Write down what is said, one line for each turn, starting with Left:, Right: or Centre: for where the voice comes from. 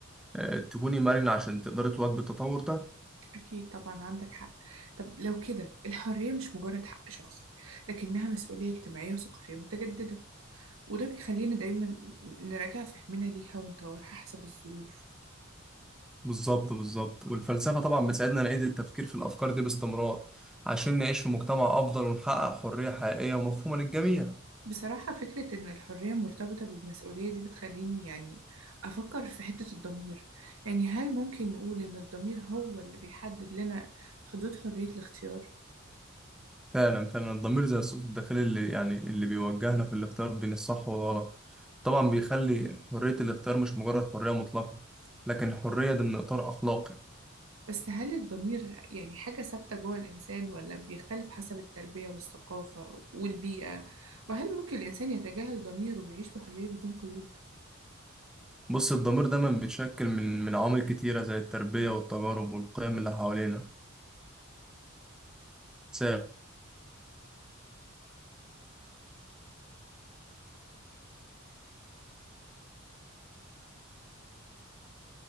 Centre: آه، تكوني مرنة عشان تقدري تواكبي التطور ده
Right: أكيد طبعا عندك حق طب لو كده الحرية مش مجرد حق شخصي لكنها مسؤولية اجتماعية وثقافية متجددة وده بيخلينا دايما نراجع فهمنا ليها ونطورها حسب الظروف
Centre: بالظبط بالظبط والفلسفة طبعا بتساعدنا نعيد التفكير في الأفكار دي باستمرار عشان نعيش في مجتمع أفضل ونحقق حرية حقيقية ومفهومة للجميع
Right: بصراحة فكرة إن الحرية مرتبطة بالمسؤولية دي بتخليني يعني أفكر في حتة الضمير يعني هل ممكن نقول إن الضمير هو اللي بيحدد لنا حدود حرية الاختيار؟
Centre: فعلا فعلا الضمير زي الصوت الداخلي اللي يعني اللي بيوجهنا في الاختيار بين الصح والغلط طبعا بيخلي حرية الاختيار مش مجرد حرية مطلقة لكن حرية ضمن إطار أخلاقي
Right: بس هل الضمير يعني حاجة ثابتة جوه الإنسان ولا بيختلف حسب التربية والثقافة والبيئة؟ وهل ممكن الإنسان يتجاهل ضميره ويعيش بحرية بدون قيود؟
Centre: بص الضمير دايما بيتشكل من من عوامل كتيرة زي التربية والتجارب والقيم اللي حوالينا سامع